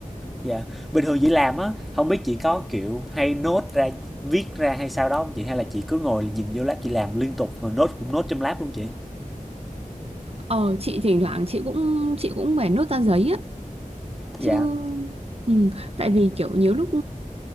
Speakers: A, in the centre; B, on the right.
A: dạ bình thường chị làm á không biết chị có kiểu hay nốt ra viết ra hay sao đó không chị hay là chị cứ ngồi nhìn vô lab chị làm liên tục rồi nốt cũng nốt trong lab luôn chị
B: Ờ chị thỉnh thoảng chị cũng chị cũng phải nốt ra giấy á
A: dạ
B: chứ ừ, tại vì kiểu nhiều lúc